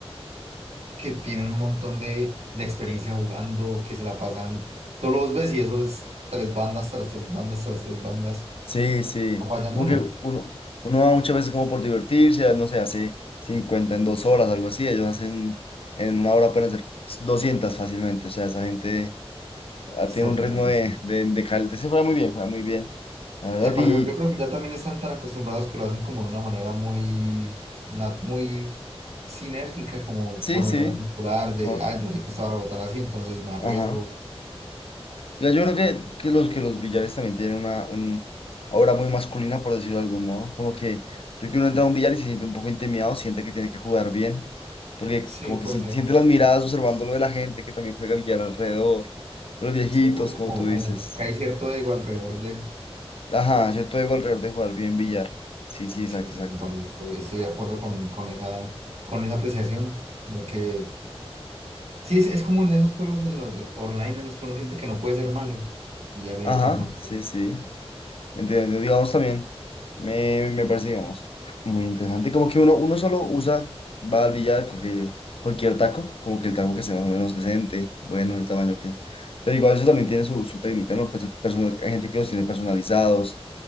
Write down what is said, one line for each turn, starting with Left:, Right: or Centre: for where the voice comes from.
Right: que tienen un montón de, de experiencia jugando, que se la pasan. Todos los ves y eso es tres bandas tras tres bandas tras tres bandas.
Left: Sí, sí,
Right: No fallan
Left: como
Right: una.
Left: que uno, uno va muchas veces como por divertirse, no sé, hace 50 en dos horas, algo así, ellos hacen, en una hora pueden hacer 200 fácilmente, o sea, esa gente ah,
Right: Está
Left: tiene
Right: otro
Left: un ritmo
Right: nivel,
Left: de,
Right: sí,
Left: de, de, cal- se juega muy bien, juega muy bien, la verdad,
Right: Epa,
Left: y...
Right: yo, yo creo que ya también están tan acostumbrados que lo hacen como de una manera muy, na- muy sinérgica, como
Left: Sí,
Right: por
Left: sí,
Right: memoria muscular, de,
Left: mejor.
Right: ah, yo sé que esto va a rebotar así, entonces me arriesgo.
Left: Ajá. Ya, Yo creo que, que los que los billares también tienen una un aura muy masculina, por decirlo de algún modo. Como que yo que uno entra a un billar y se siente un poco intimidado, siente que tiene que jugar bien, porque
Right: Sí,
Left: como
Right: puede
Left: que siente,
Right: ser.
Left: siente las miradas observando lo de la gente que también juega billar alrededor, de los viejitos,
Right: Sí, un poco
Left: como
Right: como,
Left: tú
Right: como
Left: dices.
Right: que hay cierto ego alrededor de...
Left: Ajá, yo todo digo alrededor de jugar bien billar. Sí, sí, exacto,
Right: Sí, sí,
Left: exacto.
Right: me parece, estoy, estoy de acuerdo con, con esa, con esa apreciación de que... Sí, es, es como en esos juegos en los de- online en los que uno siente que no puede ser malo. Y ya le-
Left: Ajá,
Right: es malo.
Left: sí, sí. Entonces, digamos, también me, me parece, digamos, muy interesante. Como que uno, uno solo usa, va al billar, coge cualquier taco, como que el taco que sea más o menos decente, bueno,
Right: Sí,
Left: el tamaño que es. Pero igual eso también tiene su, su técnica, ¿no? Pues, personal- hay gente que los tiene personalizados.